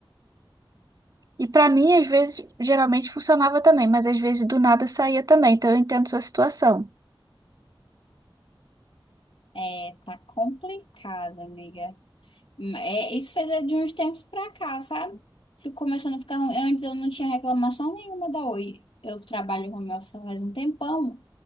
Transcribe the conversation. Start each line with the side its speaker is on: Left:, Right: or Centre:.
Right: E pra mim, às vezes, geralmente funcionava também, mas às vezes do nada saía também, então eu entendo sua situação.
Left: É, tá complicado, amiga. É, isso foi de uns tempos pra cá, sabe? Fico começando a ficar ruim. Antes eu não tinha reclamação nenhuma da Oi. Eu trabalho home office faz um tempão.